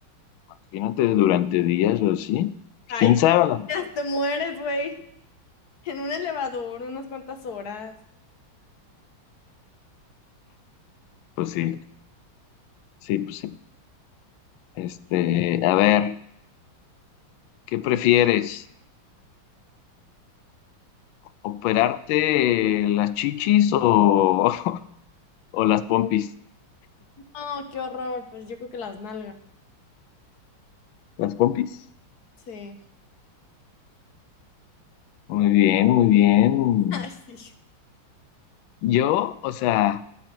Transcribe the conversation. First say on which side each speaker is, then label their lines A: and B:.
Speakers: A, on the left; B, on the left.
A: Imagínate durante días o así. Pues,
B: Ay,
A: ¿Quién sabe?
B: <laughs> ¿cómo
A: la-
B: te te mueres, güey? En un elevador, unas cuantas horas.
A: Pues sí, sí, pues sí. Este, a ver, ¿qué prefieres? ¿Operarte las chichis o, <laughs> o las pompis?
B: Oh, qué horror. Pues yo creo que las nalgas.
A: ¿Las pompis?
B: Sí.
A: Muy bien, muy bien.
B: <laughs> Ay, sí.
A: Yo, o sea.